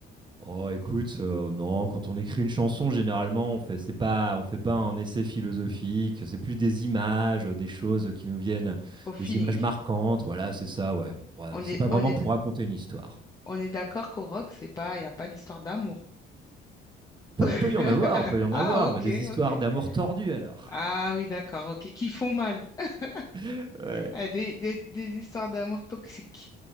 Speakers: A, on the right; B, on the left.
A: Oh, écoute, euh, non, quand on écrit une chanson, généralement, on fait, c'est pas, on fait pas un essai philosophique, c'est plus des images, euh, des choses qui nous viennent,
B: au feeling.
A: des images marquantes, voilà, c'est ça, ouais. Ouais,
B: On
A: C'est
B: est,
A: pas vraiment
B: on est,
A: pour raconter une histoire.
B: on est d'accord qu'au rock, c'est pas, il n'y a pas d'histoire d'amour.
A: Peut,
B: <laughs>
A: peut y en avoir, peut y en
B: Ah,
A: avoir,
B: ok,
A: mais des histoires
B: ok.
A: d'amour tordues alors.
B: Ah oui, d'accord, ok. Qui font mal. <laughs>
A: <laughs> Ouais.
B: Ah, Des, des, des histoires d'amour toxiques.